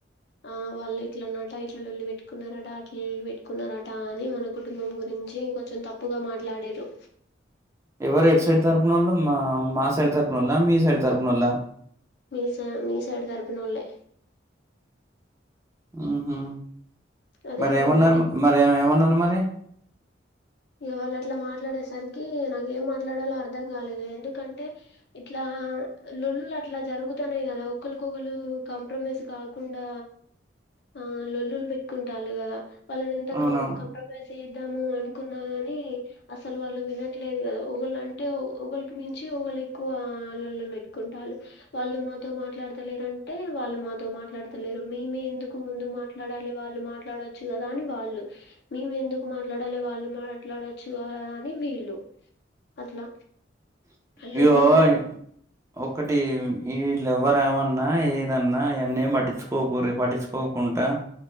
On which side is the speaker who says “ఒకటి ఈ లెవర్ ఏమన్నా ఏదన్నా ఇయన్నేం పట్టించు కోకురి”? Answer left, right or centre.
Right